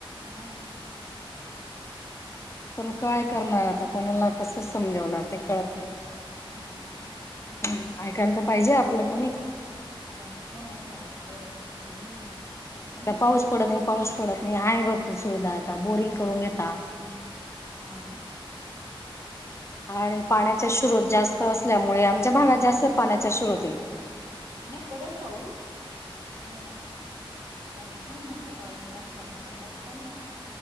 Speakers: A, on the right; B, on the left.
A: मग
B: पण काय करणार आता कोणाला कस समजावणार ते कळत नाही ना.
A: हम्म.
B: ह ऐकायला तर पाहिजे आपलं कोणी
A: नाही कोण ऐकणार आहे आपलं
B: हम्म
A: हम्म
B: आता पाऊस पडत नाही पाऊस पडत. हाय भरपूर सुविधा आहेता बोरिंग करून घेता.
A: हा
B: हम्म.
A: मग
B: आणि पाण्याचा
A: नाही
B: स्रोत जास्त असल्यामुळे आमच्या भागात जास्त पाण्याचा स्रोत आहे.
A: नाही पडेल पाऊस पण मग सांगितलंय म्हणता बावीस तारखेला मग पडला तर पडला.